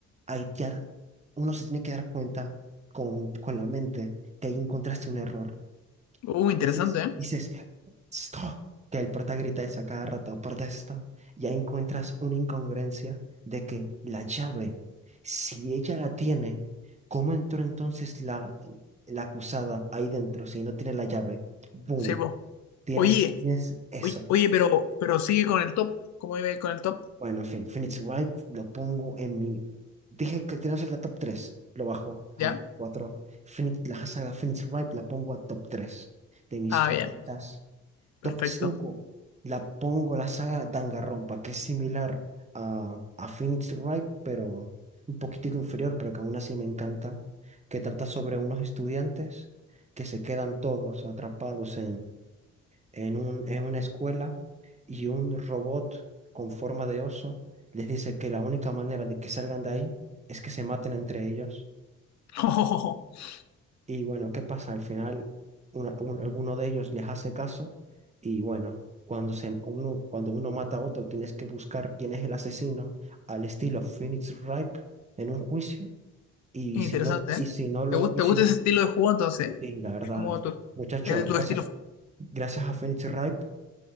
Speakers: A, on the right; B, on the left.
A: ahí ya uno se tiene que dar cuenta con, con la mente que ahí encontraste un error.
B: Uh, interesante,
A: Dices,
B: ¿eh?
A: dices, stop, que el prota grita esa cada rato, protesta. Y ahí encuentras una incongruencia de que la llave, si ella la tiene, ¿cómo entró entonces la, la acusada ahí dentro si no tiene la llave? Boom.
B: Sí, po.
A: Tienes,
B: Oye,
A: tienes eso.
B: oye, oye, pero, pero sigue con el top. ¿Cómo iba con el top?
A: Bueno, en fin, Phoenix Wright lo pongo en mi. Dije que tenemos el de top tres Lo bajo
B: ¿Ya?
A: al top cuatro Phoenix, la saga Phoenix Wright la pongo a top 3 de mis
B: Ah,
A: favoritas.
B: bien.
A: Top
B: Perfecto.
A: 5 la pongo la saga Danganronpa, que es similar a, a Phoenix Wright, pero un poquitico inferior, pero que aún así me encanta. Que trata sobre unos estudiantes que se quedan todos atrapados en un, en una escuela y un robot con forma de oso les dice que la única manera de que salgan de ahí es que se maten entre ellos.
B: <laughs>
A: Y bueno, ¿qué pasa? Al final, una- un- alguno de ellos les hace caso y bueno, cuando, se, uno, cuando uno mata a otro, tienes que buscar quién es el asesino al estilo Phoenix Wright en un juicio. Y
B: interesante,
A: si no, y
B: ¿eh?
A: si no lo,
B: ¿Te gusta,
A: y
B: te
A: si,
B: gusta ese estilo de juego entonces? ¿Eh?
A: y la verdad,
B: Es como tu,
A: muchacho,
B: es de tu
A: gracias,
B: estilo,
A: gracias a Phoenix Wright